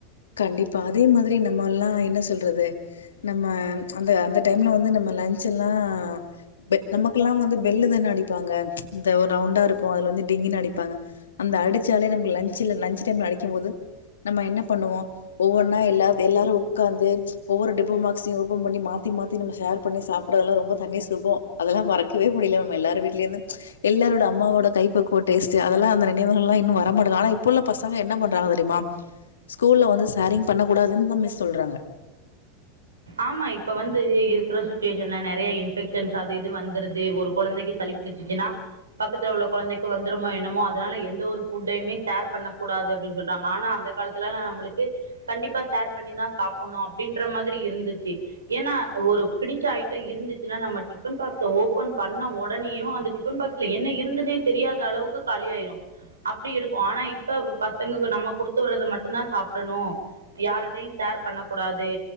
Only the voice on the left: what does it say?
கண்டிப்பா அதே மாதிரி நம்மல்லா என்ன சொல்றது நம்ம அந்த அந்த டைம்ல வந்து நம்ம லஞ்ச் எல்லா பெ நமக்குல்லா வந்து பெல்லு தான அடிப்பாங்க இந்த ஒரு ரவுண்டா இருக்கு அதுல வந்து டிங்கின்னு அடிப்பாங்க அந்த அத அடிச்சாலே நமக்கு லஞ்ச்ல லஞ்ச் டைம்ல அடிக்கும் போது நம்ம என்னப் பண்ணுவோ ஒவ்வொன்னா எல்லா எல்லாரு உக்காந்து ஒவ்வொரு டிஃபன் பாக்சையு ஓபன் பண்ணி மாத்தி மாத்தி நம்ம ஷேர் ஷேர் பண்ணி சாப்புட்றதெல்லா ரொம்ப தனி சுகோ அதெல்லா மறக்கவே முடில மேம் எல்லாரு வீட்லேருந்து எல்லாரோட அம்மாவோட கைப்பக்குவோ டேஸ்ட்டு அதெல்லா அந்த நினைவுகள்லா இன்னு வரமாட்டங்க ஆனா இப்ப உள்ள பசங்க என்ன பண்றாங்க தெரிமா ஸ்கூல்ல வந்து ஷேரிங் பண்ண கூடாதுன்னு தா மிஸ் சொல்றாங்க